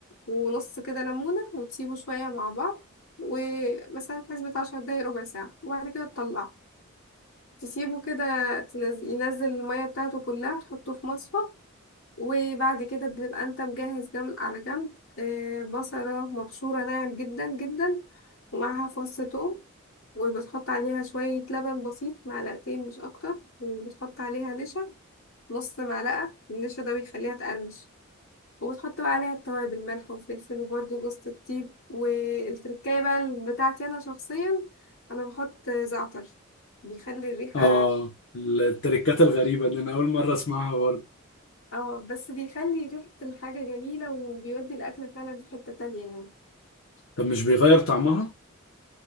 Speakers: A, on the left (about 85°); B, on the left (about 65°).
A: ونص كده ليمونة وتسيبه شوية مع بعض ومثلا في حسبة عشر دقايق ربع ساعة وبعد كده تطلعه تسيبه كده تنز- ينزل المية بتاعته كلها تحطه في مصفى وبعد كده بتبقى انت مجهز جنب على جنب آه، بصلة مبشورة ناعم جدا جدا ومعاها فص ثوم وبتحط عليها شوية لبن بسيط معلقتين مش أكتر وبتحط عليها نشا نص معلقة من النشا ده بيخليها تقرمش وبتحط بقى عليها التوابل ملح وفلفل وبرده جوز الطيب والتركاية بقى بتاعتي أنا شخصيا أنا بحط زعتر بيخلي الريحة
B: اه التركات الغريبة دي انا اول مرة اسمعها برضه
A: اه بس بيخلي ريحة الحاجة جميلة وبيودي الأكلة فعلا في حتة تانية يعني
B: طب مش بيغير طعمها